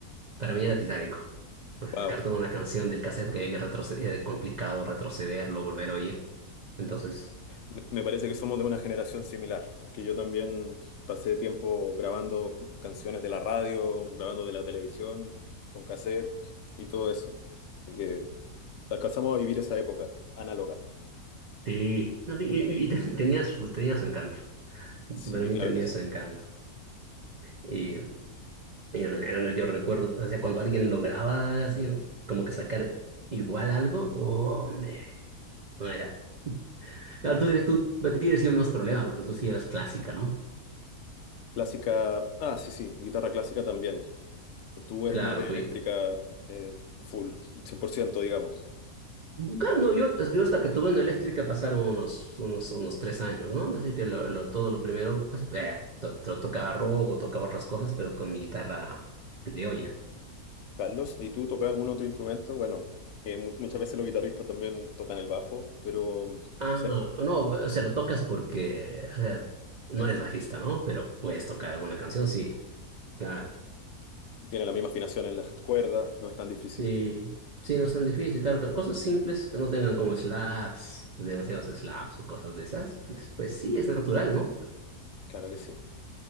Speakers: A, on the right (about 45°); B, on the left (about 65°).
A: para mí era titánico. pues,
B: wow,
A: Sacar toda una canción del cassette porque había que retroceder, era complicado retrocederlo, volver a oír. Entonces...
B: me me parece que somos de una generación similar porque yo también pasé tiempo grabando canciones de la radio, grabando de la televisión, con cassette y todo eso. Así que... Alcanzamos a vivir esa época, análoga.
A: Sí, no, y, y- y te- tenía su, tenía su encanto.
B: Sí,
A: Para mí
B: claro
A: tenía
B: que sí.
A: su encanto. Y, y re- yo recuerdo, o sea, cuando alguien lograba así, como que sacar igual algo, hombre, no era. Claro, tú tienes, tú tienes unos problemas porque tú sí eras clásica, ¿no?
B: Clásica, ah, sí, sí, guitarra clásica también. Tú eres
A: Claro,
B: más de eléctrica
A: tú.
B: eh, full, 100% digamos.
A: Claro, no, yo, yo hasta que tuve una eléctrica pasaron unos, unos, unos tres años, ¿no? Así que lo, lo- todo lo primero, pues, eh, to- to- tocaba rock o tocaba otras cosas, pero con mi guitarra criolla.
B: Carlos, ¿y tú tocas algún otro instrumento? Bueno, eh, mu- muchas veces los guitarristas también tocan el bajo, pero o
A: Ah,
B: sea,
A: no, o sea, lo tocas porque, o sea, no
B: eh,
A: eres bajista, ¿no? Pero puedes tocar alguna canción, sí, claro.
B: tiene la misma afinación en las cuerdas, no es tan difícil.
A: Sí, sí, no es tan difícil, claro, claro, Cosas simples que no tengan como slaps, demasiados slaps o cosas de esas, pues, pues sí, es natural, ¿no?
B: Claro que sí.